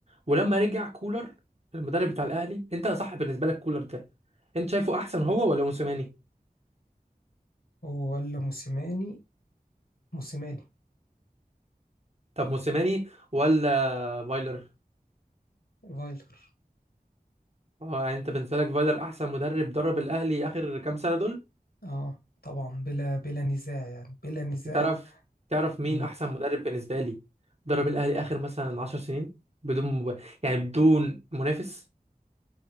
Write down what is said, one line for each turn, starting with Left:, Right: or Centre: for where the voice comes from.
Right: ولما رجع كولر المدرب بتاع الاهلي انت صح بالنسبه لك كولر ده انت شايفه احسن هو ولا موسيماني
Left: ولا موسيماني موسيماني
Right: طب موسيماني ولا فايلر
Left: فايلر
Right: اه يعني انت بالنسبه لك فايلر احسن مدرب درب الاهلي اخر كام سنه دول
Left: اه طبعا بلا بلا نزاع يعني بلا نزاع
Right: تعرف تعرف مين
Left: بن
Right: احسن مدرب بالنسبه لي درب الاهلي اخر مثلا 10 سنين بدون مب... يعني بدون منافس